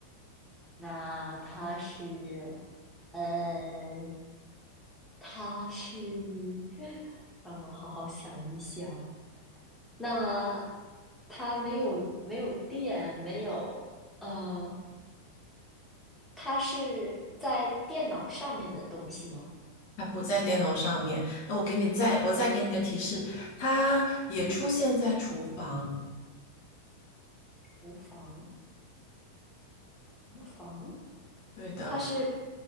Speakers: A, in the centre; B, on the left.
A: 那它是，呃，它是，<laughs> 让我好好想一想，那它没有没有电，没有呃，它是在电脑上面的东西吗？
B: 它不在电脑上面。那我给你再，我再给你一个提示，它也出现在厨房。
A: 厨房，厨房，
B: 对的。
A: 它是